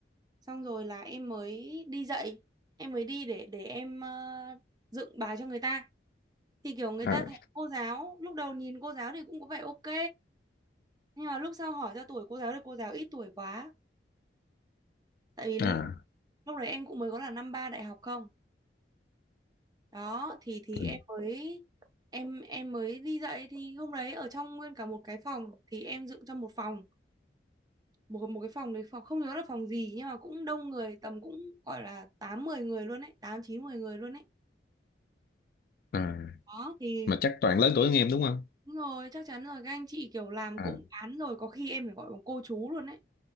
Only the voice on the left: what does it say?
à
à
ừ,
à
mà chắc toàn lớn tuổi hơn em đúng không
à